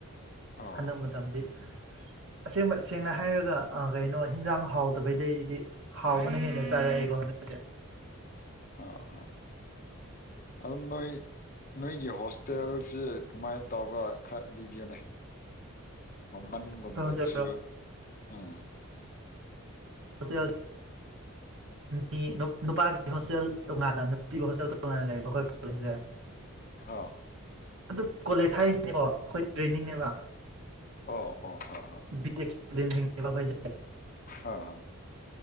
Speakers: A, on the left (about 40°); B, on the right (about 60°).
A: ꯑꯣ
B: ꯍꯟꯅ ꯃꯇꯝꯗꯤ ꯑꯁꯦꯡꯕ ꯁꯦꯡꯅ ꯍꯥꯏꯔꯒ ꯀꯩꯅꯣ ꯍꯤꯟꯖꯥꯡ ꯍꯥꯎꯗꯕꯩꯗꯩꯗꯤ ꯍꯥꯎꯕꯅ ꯍꯦꯟꯅ ꯆꯥꯔꯛꯏꯦꯀꯣ ꯍꯟꯗꯛꯁꯦ
A: ꯍꯥ ꯍꯥ ꯑꯗꯨꯅ ꯅꯣꯏꯒꯤ ꯍꯣꯁꯇꯦꯜꯁꯤ ꯀꯃꯥꯏ ꯇꯧꯕ ꯈꯔ ꯂꯤꯕꯤꯌꯨꯅꯦ ꯃꯃꯟꯒꯨꯝꯕꯁꯨ
B: ꯑꯩꯈꯣꯏ ꯍꯣꯁꯇꯦꯜ
A: ꯎꯝ
B: ꯍꯣꯁꯇꯦꯜ ꯃꯤ ꯅꯨꯄꯥꯒꯤ ꯍꯣꯁꯇꯦꯜ ꯇꯣꯉꯥꯟꯅ ꯅꯨꯄꯤꯒꯤ ꯍꯣꯁꯇꯦꯜ ꯇꯣꯉꯥꯟꯅ ꯂꯩꯕ ꯑꯩꯈꯣꯏ
A: ꯑ
B: ꯑꯗꯨꯝ ꯀꯣꯂꯦꯖ ꯍꯥꯏꯔꯤꯅꯦꯕꯣ ꯑꯩꯈꯣꯏ ꯇ꯭ꯔꯦꯟꯅꯤꯡꯅꯦꯕ
A: ꯑꯣ ꯑꯣ ꯑꯣ ꯑꯣ
B: <unintelligible> ꯑꯈꯣꯏꯁꯦ
A: ꯍ ꯍ